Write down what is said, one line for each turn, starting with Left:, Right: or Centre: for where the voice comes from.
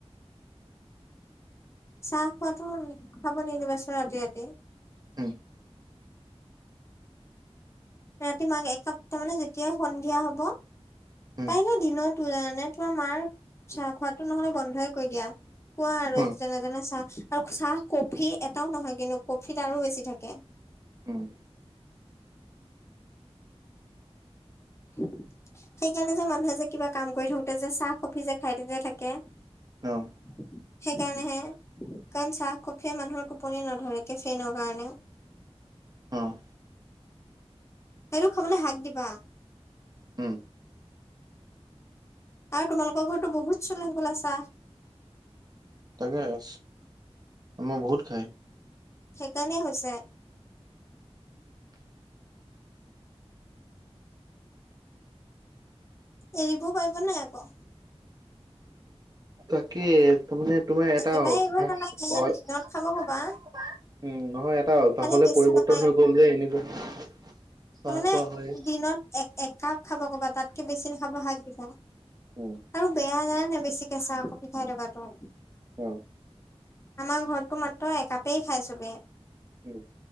Left: চাহ খোৱাতো খাব নিদিবা চোন ৰাতি ৰাতি
Right: হম
Left: ৰাতি মাক একাপ মানে যেতিয়াই সন্ধিয়া হব
Right: উম,
Left: পাৰিলে দিনতো জানা নে তোমাৰ মাৰ চাহ খোৱাটো নহলে বন্ধই কৰি দিয়া কোৱা আৰু
Right: উম,
Left: যেনে তেনে চাহ আৰু চাহ কফি এটাও নহয় কিন্তু কফিত আৰু বেছি থাকে
Right: উম
Left: <unintelligible> সেই কাৰণে যে মানুহে যে কিবা কাম কৰি থাকোতে যে চাহ কফি যে খাই থাকে থাকে
Right: অ',
Left: <unintelligible> সেইকাৰণেহে কাৰণ চাহ কফিয়ে মানুহৰ টোপনি নধৰে কেফেনৰ কাৰণে
Right: অ',
Left: এইটো খাবলে হাক দিবা
Right: উম,
Left: আৰু তোমালোকৰ ঘৰততো বহুত চলে হবলা চাহ
Right: তাকেচ আমউ বহুত খাই
Left: সেইকাৰণে হৈছে
Right: <unintelligible>
Left: এৰিবও পাৰিব নাই আকৌ
Right: বাকী তো মানে তোমাৰ এটা
Left: একেবাৰে
Right: অভ্যাস
Left: এৰিব নালাগে
Right: হয়
Left: দিনত
Right: উম
Left: খাব ক'বা
Right: নহয় এটা অভ্যাসলে
Left: খালি বেছি
Right: পৰিৱৰ্তন
Left: নহয় আৰু।
Right: হৈ গল যে এনেকুৱা চাহ
Left: তাৰমানে
Right: খোৱা হয়।
Left: দিনত এক একাপ খাব ক'বা তাতকে বেছি নেখাব শাক দিবা আৰু
Right: উম,
Left: বেয়া জানা নাই বেছিকে চাহ কফি খাই থকাটো
Right: অ
Left: আমাৰ ঘৰততো মাত্ৰ একাপেই খাই চবে
Right: উম,